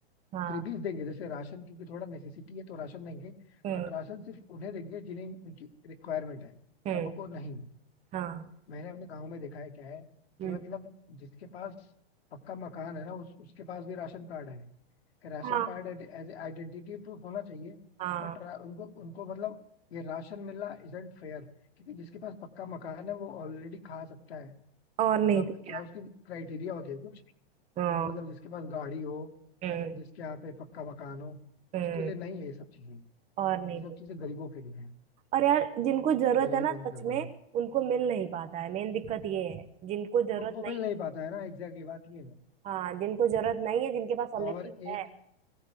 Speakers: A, on the right; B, on the left.
A: हाँ
B: फ्रीबीज देंगे जैसे राशन क्योंकि थोड़ा नेसेसिटी है तो राशन देंगे
A: हम्म
B: बट राशन सिर्फ उन्हें देंगे जिन्हें उनकी रिक्वायरमेंट है
A: हम्म
B: सबको नहीं
A: हाँ
B: मैंने अपने गांव में देखा है क्या है
A: हम्म,
B: कि मतलब जिसके पास पक्का मकान है ना उस, उसके पास भी राशन कार्ड है कि ration
A: हाँ
B: card as identity proof होना चाहिए
A: हाँ
B: बट उनको उनको मतलब ये राशन मिलना इजंट फेयर क्योंकि जिसके पास पक्का मकान है वो ऑलरेडी खा सकता है
A: और नहीं
B: मतलब
A: तो क्या
B: क्या है, उसकी क्राइटेरिया होती है कुछ
A: हाँ
B: मतलब जिसके पास गाड़ी हो
A: हम्म
B: या फिर जिसके यहाँ पे पक्का मकान हो
A: हम्म
B: उसके लिए नहीं है ये सब चीजें
A: और नहीं
B: ये सब
A: तो क्या।
B: चीजें गरीबों के लिए है
A: और यार जिनको जरूरत
B: तो ये
A: है
B: भी
A: ना
B: बंद
A: सच
B: कर दूंगा
A: में उनको मिल नहीं पाता है मेन दिक्कत ये है जिनको जरूरत
B: उनको
A: नहीं
B: मिल नहीं पाता है ना एग्जैक्टली बात ये है
A: हाँ जिनको जरूरत नहीं है जिनके पास ऑलरेडी
B: और एक
A: है